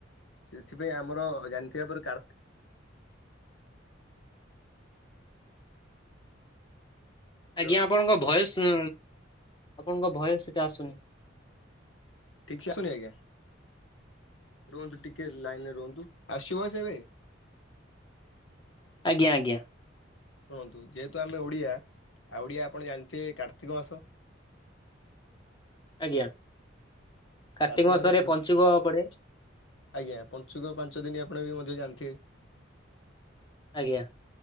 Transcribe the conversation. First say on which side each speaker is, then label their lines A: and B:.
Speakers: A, on the left; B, on the left.
A: ସେଥିପାଇଁ ଆମର ଜାଣିଥିବେ ଆ ପରେ କାର୍ତ୍ତି ହ୍ୟାଲୋ
B: ଆଜ୍ଞା ଆପଣଙ୍କ ଭଏସ୍ ଉଁ ଆପଣଙ୍କ ଭଏସ୍ ଟା ଆସୁନି।
A: ଠିକ୍ସେ ଆସୁନି ଆଜ୍ଞା। ରୁହନ୍ତୁ ଟିକେ ଲାଇନ୍ ରେ ରୁହନ୍ତୁ, ଆସିବ ସେ ଏବେ?
B: ଆଜ୍ଞା ଆଜ୍ଞା।
A: ଶୁଣନ୍ତୁ ଯେହେତୁ ଆମେ ଓଡିଆ ଆଉ ଓଡିଆ ଆପଣ ଜାଣିଥିବେ କାର୍ତ୍ତିକ ମାସ
B: ଆଜ୍ଞା। କାର୍ତ୍ତିକ
A: କାର୍ତିକ
B: ମାସରେ
A: ମାସ, ପଞ୍ଚ
B: ପଞ୍ଚୁକ ପଡେ
A: ଆଜ୍ଞା ପଞ୍ଚୁକ ପାଞ୍ଚ ଦିନି ଆପଣ ବି ମଧ୍ୟ ଜାଣିଥିବେ
B: ଆଜ୍ଞା।